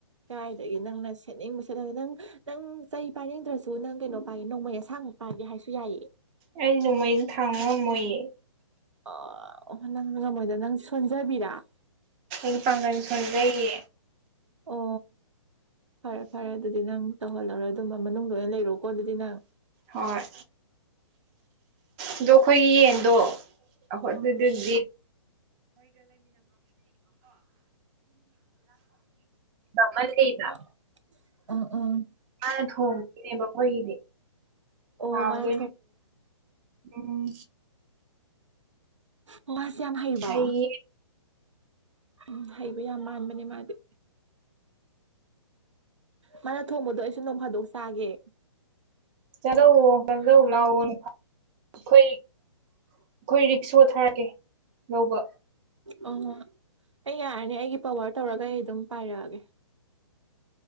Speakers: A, on the right; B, on the right.
A: ꯀꯥꯏꯗꯒꯤ ꯅꯪꯅ ꯁꯤ ꯁꯦꯠꯅꯤꯡꯕ ꯁꯦꯠꯂꯒ ꯅꯪ ꯅꯪ ꯆꯩ ꯄꯥꯏꯅꯤꯡꯗ꯭ꯔꯁꯨ ꯅꯪ ꯀꯩꯅꯣ ꯄꯥꯏꯒꯦ ꯅꯣꯡꯃꯩ ꯑꯁꯥꯡꯃꯛ ꯄꯥꯏꯒꯦ ꯍꯥꯏꯁꯨ ꯌꯥꯏꯌꯦ
B: ꯑꯩ ꯅꯣꯡꯃꯩꯩꯅ ꯊꯥꯡꯃ ꯃꯣꯏꯌꯦ
A: ꯑꯣ ꯑꯣ ꯅꯪ ꯉꯝꯃꯣꯏꯗ ꯅꯪ ꯁꯣꯟꯖꯕꯤꯔꯥ
B: ꯌꯦ ꯄꯥꯉ ꯁꯜꯦꯦ
A: ꯑꯣ ꯐꯔꯦ ꯐꯔꯦ ꯑꯗꯨꯗꯤ ꯅꯪ ꯇꯧꯍꯜꯂꯧꯔꯣꯏ ꯑꯗꯨꯝꯕ ꯃꯅꯨꯡꯗ ꯂꯣꯏ ꯑꯣꯏꯅ ꯂꯩꯔꯣꯀꯣ ꯑꯗꯨꯗꯤ ꯅꯪ
B: ꯍꯣꯏ ꯑꯗꯣ ꯑꯩꯈꯣꯏꯒꯤ ꯌꯦꯟꯗꯣ ꯑꯗꯨꯗꯤ ꯑꯃ ꯂꯩꯕ
A: ꯀ ꯎꯝ ꯎꯝ
B: ꯃꯥꯅ ꯊꯣꯡꯉꯅꯦꯕ ꯑꯩꯈꯣꯏꯒꯤꯗꯤ
A: ꯑꯣ
B: ꯍꯥꯎꯗꯣꯏꯅꯦ
A: ꯃꯥꯅ
B: ꯎꯝ
A: ꯑꯣ ꯍꯥꯁꯤ ꯌꯥꯝ ꯑꯃ ꯍꯥꯏꯔꯤꯕ
B: ꯍꯌꯦꯡ
A: ꯎꯝ ꯍꯩꯕ ꯌꯥꯝ ꯃꯥꯟꯕꯅꯦ ꯃꯥꯗꯤ ꯃꯥꯅ ꯊꯣꯡꯕꯗꯣ ꯑꯩꯁꯨ ꯅꯣꯡ ꯐꯥꯗꯣꯛ ꯆꯥꯒꯦ
B: ꯆꯂꯣ ꯐꯗꯂ ꯑꯩꯈꯣꯏ ꯑꯩꯈꯣꯏ ꯔꯤꯛꯁꯣ ꯊꯥꯔꯛꯒꯦ ꯂꯧꯕ
A: ꯑꯣ ꯑꯩ ꯌꯥꯔꯅꯤ ꯑꯩꯒꯤ ꯄꯋꯥꯔ ꯇꯧꯔꯒ ꯑꯩ ꯑꯗꯨꯝ ꯄꯥꯏꯔꯛꯑꯒꯦ